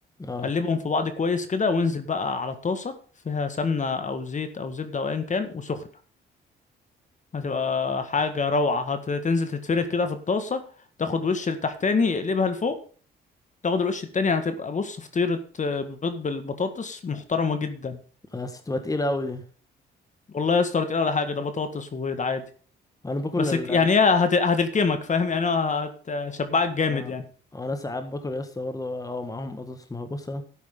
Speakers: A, on the left (about 15°); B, on the left (about 40°).
A: اه
B: قلبهم في بعض كويس كده وانزل بقى على الطاسه فيها سمنه او زيت او زبده او ايا كان وسخنه هتبقى حاجه روعه هتنزل تتفرد كده في الطاسه تاخد وش لتحتاني اقلبها لفوق تاخد الوش التاني هتبقى بص فطيره آه، بيض بالبطاطس محترمه جدا
A: بس تبقى تقيلة أوي دي
B: والله يا اسطى ولا تقيلة ولا حاجه ده بطاطس وبيض عادي
A: أنا باكل
B: بس
A: ال
B: ك- يعني هي هت... هتلكمك فاهم يعني هو هتشبعك جامد
A: آه،
B: يعني
A: أنا ساعات باكل يا اسطى برضه أه معاهم بطاطس مهروسة